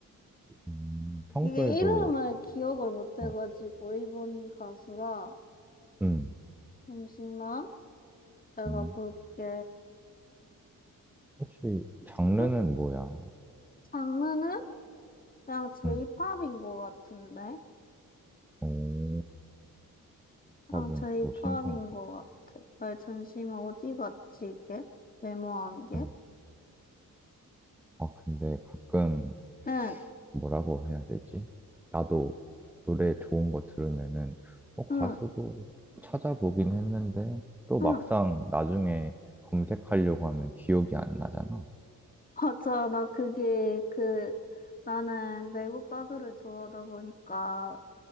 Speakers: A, in the centre; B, on the left.
A: 음, 평소에도,
B: 이게 이름을 기억을 못 해가지고,
A: 어,
B: 일본 가수라,
A: 음,
B: 잠시만. 내가
A: 음.
B: 볼게.
A: 혹시 장르는
B: 응?
A: 뭐야?
B: 장르는? 그냥 J-pop인
A: 음,
B: 것 같은데?
A: 오, j
B: 그냥
A: 팝은
B: J-pop인
A: 또 신선.
B: 것 같아. 아 잠시만, 어디 갔지, 이게? 메모한 게?
A: 음. 아, 근데 가끔
B: 응,
A: 뭐라고 해야 되지? 나도 노래 좋은 거 들으면은, 어, 가수도
B: 응,
A: 찾아보긴 했는데, 또 막상
B: 응.
A: 나중에 검색하려고 하면 기억이 안 나잖아.
B: <laughs> 맞아, 나 그게, 그, 나는 외국 가수를 좋아하다 보니까